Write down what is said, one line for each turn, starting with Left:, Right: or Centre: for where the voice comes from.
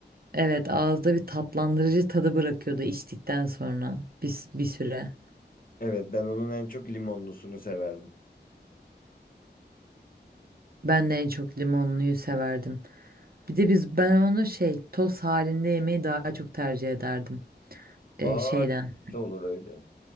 Right: Evet, ağızda bir tatlandırıcı tadı bırakıyordu içtikten sonra bir, s- bir süre.
Left: Evet ben onun en çok limonlusunu severdim.
Right: Ben de en çok limonluyu severdim. Bir de biz ben onu şey toz halinde yemeyi daha çok tercih ederdim e,
Left: Aa
Right: şeyden.
Left: çok kötü olur öyle.